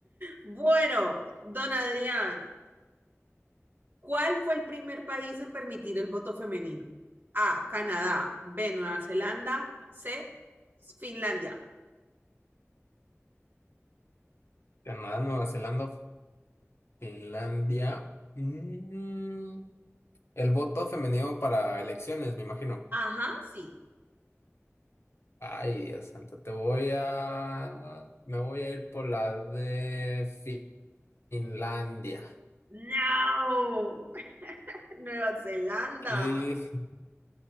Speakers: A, on the right; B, on the left.
A: Bueno, don Adrián, ¿cuál fue el primer país en permitir el voto femenino? A, Canadá, B, Nueva Zelanda, C, Finlandia.
B: Canadá, Nueva Zelanda, Finlandia. Mm, el voto femenino para elecciones, me imagino.
A: Ajá, sí.
B: Ay, Dios santo, te voy a... Me voy a ir por la de Finlandia.
A: No, <laughs> Nueva Zelanda.
B: Y